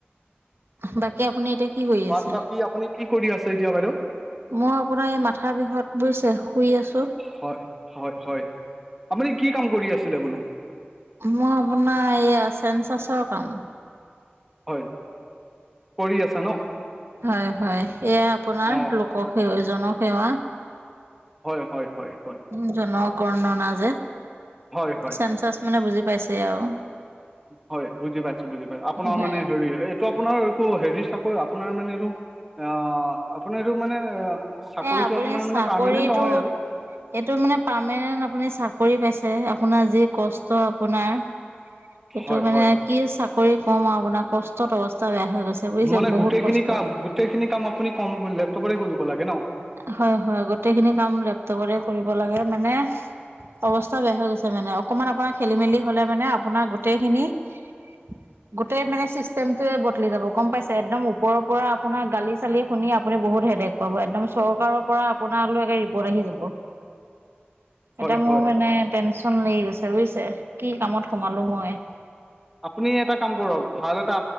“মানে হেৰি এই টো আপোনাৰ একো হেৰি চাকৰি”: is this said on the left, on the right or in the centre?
Centre